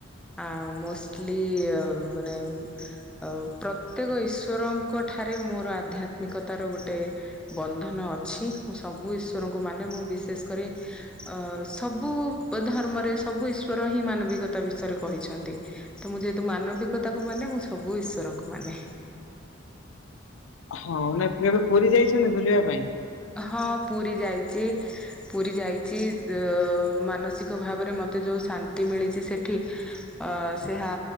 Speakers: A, in the centre; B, on the left.
A: ଆଉ ମୋ ଲି ଅ ମାନେ <inaudible> ଆଉ ପ୍ରତ୍ୟେକ ଈଶ୍ବରଙ୍କ ଠାରେ ମୋର ଆଧ୍ୟାତ୍ମିକତାର ଗୋଟେ ବନ୍ଧନ ଅଛି ମୁଁ ସବୁ ଈଶ୍ଵରଙ୍କୁ ମାନେ ମୁଁ କରେ ଅ ସବୁ ଧର୍ମରେ ସବୁ ଈଶ୍ୱର ହିଁ ମାନବିକତା ବିଷୟରେ କହିଛନ୍ତି। ତ ମୁଁ ଯେହେତୁ ମାନବିକତାକୁ ମାନେ ମୁଁ ସବୁ ଈଶ୍ବରଙ୍କୁ ମାନେ।
B: ହଁ ନା ଏ ଏବେ ପୁରୀ ଯାଇ ଚନ୍ତି ବୁଲିବା ପାଇଁ?
A: ହଁ ପୁରୀ ଯାଇଛି ପୁରୀ ଯାଇଛି ଅ ମାନସିକ ଭାବରେ ମତେ ଯୋଉ ଶାନ୍ତି ମିଳିଛି ସେଠି ଅ ସେ ହା